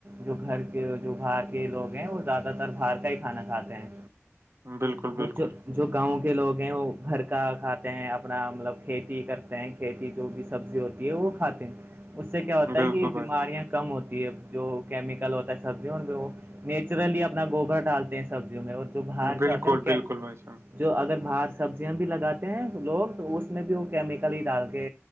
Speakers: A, on the right (about 40°); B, on the right (about 60°).
A: جو گھر کے جو باہر کے لوگ ہیں وہ زیادہ تر باہر کا ہی کھانا کھاتے ہیں
B: بالکل
A: اور
B: بالکل
A: جو جو گاؤں کے لوگ ہیں وہ گھر کا کھاتے ہیں اپنا مطلب کھیتی کرتے ہیں کہتی جو بھی سبزی ہوتی ہے وہ کھاتے ہیں اس سے کیا ہوتا
B: بالکل
A: ہے کہ
B: بھائی
A: بیماریاں کم ہوتی ہے جو کیمیکل ہوتا ہے سبزیوں میں وہ نیچرلی اپنا گوبر ڈالتے ہیں سبزیوں میں وہ تو باہر کیا
B: بالکل
A: ہوتے ہیں وہ کیا
B: بالکل بھائی جان
A: جو اگر باہر سبزیاں بھی لگاتے ہیں لوگ تو اس میں بھی وہ کیمیکل ہی ڈال کے